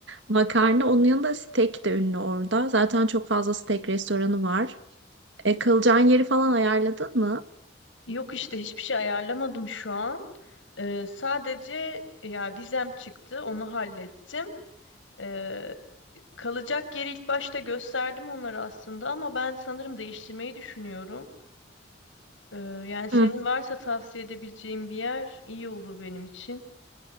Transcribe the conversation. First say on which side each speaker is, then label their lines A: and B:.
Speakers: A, on the right; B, on the left.
A: Makarna, onun yanında steak de ünlü orada. Zaten çok fazla steak restoranı var. E, kalacağın yeri falan ayarladın mı?
B: Yok işte hiçbir şey ayarlamadım şu an. E, sadece ya vizem çıktı, onu hallettim. Ee, kalacak yeri ilk başta gösterdim onlara aslında ama ben sanırım değiştirmeyi düşünüyorum. Ee, yani senin
A: Hı.
B: varsa tavsiye edebileceğin bir yer iyi olur benim için.